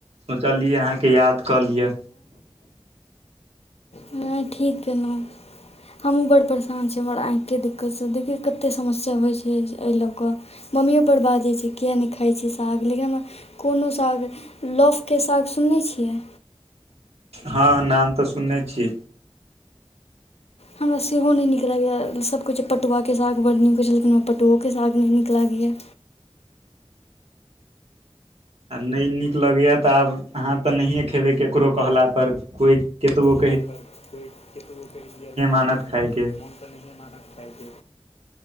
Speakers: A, on the right; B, on the left.
A: सोचलियै अहाँके याद कऽ लिअ
B: हँ ठीक केंनो हमहूँ बड़ परेशान छी हमर आँखिके दिक्कतसँ देखियौ कतेक समस्या होइ छै एहि लऽ कऽ मम्मियो पर् बाजै छै कििया नहि खाइ छी साग लेकिन हम कोनो साग लफके साग सुनै छियै
A: हँ नाम तऽ सुनने छियै
B: हमरा सेहो नहि नीक लागैया सब कहै छै पटुआके साग बड़ नीक होइ लेकिनरा पटुके स सााग नहि निक लागै य
A: <inaudible> आ नहि नीक लगैएा तऽ आब अहाँ तऽ नहिए खेबै ककरो कहला पर कोइ केत बो
B: पर कोइ केत लेकिन
A: मानत खायके
B: मन तऽ